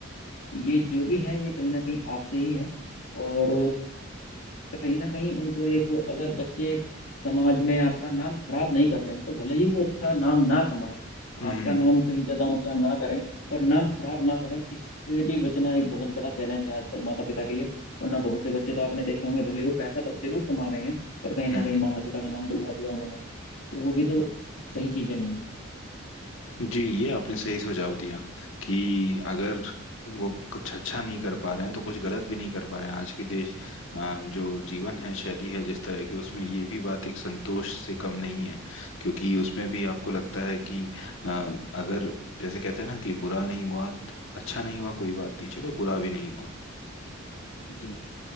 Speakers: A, on the left (about 80°); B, on the left (about 70°).
A: ये जो भी हैं ये कहीं ना कहीं आपसे ही हैं और कहीं ना कहीं उनको एक अगर बच्चे समाज में आपका नाम खराब नहीं कर रहे हैं तो भले ही वो अच्छा नाम ना कमाए
B: हम्म
A: आपका
B: हम्म
A: नाम कहीं ज्यादा ऊंचा ना करें पर नाम खराब ना करें इससे भी बचना एक बहुत बड़ा चैलेंज है आजकल माता पिता के लिए वरना बहुत से बच्चे तो आपने देखे होंगे भले वो पैसा ब- जरूर कमा रहे हैं पर कहीं
B: हम्म
A: ना
B: हम्म।
A: कहीं माता पिता का नाम डुबा दिया उन्होंने तो वो भी तो सही चीजें नहीं है
B: जी ये आपने सही सुझाव दिया कि अगर वो कुछ अच्छा नहीं कर पा रहे हैं तो कुछ गलत भी नहीं कर पा रहे हैं आज के देश अ, जो जीवन है शैली है जिस तरह की उसमें ये भी बात एक संतोष से कम नहीं है क्योंकि उसमें भी आपको लगता है कि अ, अगर जैसे कहते हैं ना कि बुरा नहीं हुआ अच्छा नहीं हुआ कोई बात नहीं चलो बुरा भी नहीं हुआ
A: जी